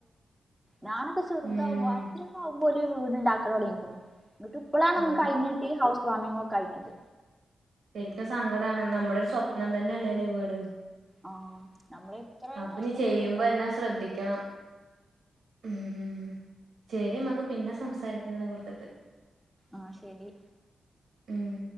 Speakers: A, in the centre; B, on the right.
A: ഞാനൊക്കെചെറുതാവ്വ
B: ഉം
A: ബാക്കിള്ളോരൊക്കെ അവ്വല് വീട്ണ്ടാക്കലൊടങ്ങീക്കുണു എന്നിട്ട് ഇപ്പളാണ് ഒന്ന്
B: ഔ
A: കയ്ഞ്ഞിട്ടി ഹൗസ് വാമിംങ്ങൊക്കെ കയ്ഞ്ഞത്.
B: ശരിക്കും സങ്കടാണ് നമ്മുടെ ഒരു സ്വപ്നം തന്നെ അല്ലേല്ലേ വീട്.
A: ആ നമ്മള് എത്ര
B: അപ്പൊ
A: കഷ്ടപ്പെട്ടിണ്ടാ
B: ഇനി ചെയ്യുമ്പോ എല്ലാം ശ്രദ്ധിക്കണം ഉം ചെരി മ്മ്ക്ക് പിന്നെ സംസാരിക്ക ഇതിനെകുറിച്ചിട്ട്
A: ആ ശരി.
B: മ്മ്